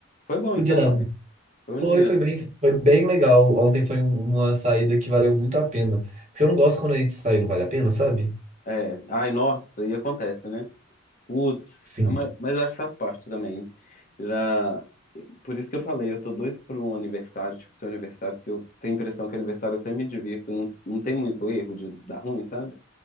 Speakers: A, on the left; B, on the right.
A: foi bom
B: o
A: então,
B: Dia das
A: é. Foi um
B: Foi,
A: dia.
B: foi bem, foi bem legal. Ontem foi um- uma saída que valeu muito a pena. Porque eu não gosto quando a gente sai, não vale a pena, sabe?
A: É. Ai, nossa, e acontece, né? Putz,
B: Sim.
A: ah, ma- mas acho que faz parte também. Já. Por isso que eu falei, eu tô doido por um aniversário, tipo seu aniversário, porque eu tenho a impressão que aniversário eu sempre me divirto, não, não tem muito erro de dar ruim, sabe?